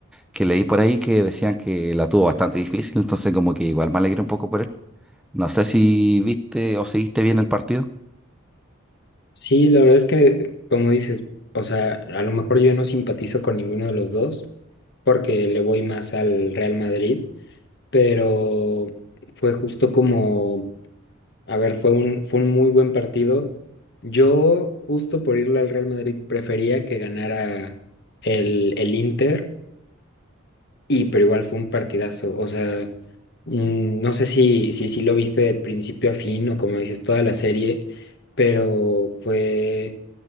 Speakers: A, in the centre; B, on the left.
A: que leí por ahí que decían que la tuvo bastante difícil, entonces como que igual me alegré un poco por él. No sé si viste o seguiste bien el partido.
B: Sí, la verdad es que, como dices, o sea, a lo mejor yo no simpatizo con ninguno de los dos porque le voy más al Real Madrid, pero fue justo como, a ver, fue un, fue un muy buen partido. Yo, justo por irle al Real Madrid, prefería que ganara el, el Inter, y pero igual fue un partidazo. O sea, mm, no sé si, si, si lo viste de principio a fin o como dices, toda la serie, pero fue